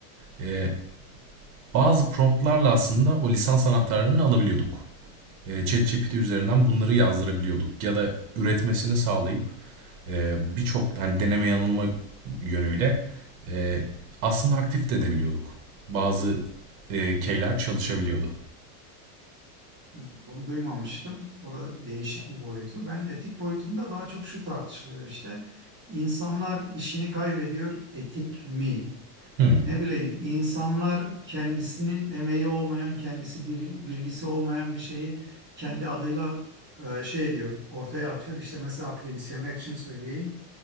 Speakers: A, on the right; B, on the right.
A: E, bazı promptlarla aslında o lisans anahtarlarını alabiliyorduk. E, ChatGPT üzerinden bunları yazdırabiliyorduk. Ya da üretmesini sağlayıp e, birçok hani deneme yanılma yönüyle e, aslında aktif de edebiliyorduk. Bazı e, keyler çalışabiliyordu.
B: Bunu duymamıştım. Orada değişik bir boyutu. Ben etik boyutunda daha çok şu tartışılıyor işte. İnsanlar işini kaybediyor, etik mi?
A: Hmm,
B: Ne bileyim, insanlar kendisini emeği olmayan, kendisi bil- bilgisi olmayan bir şeyi kendi adıyla e, şey diyor, ortaya atıyor. İşte mesela akademisyenler için söyleyeyim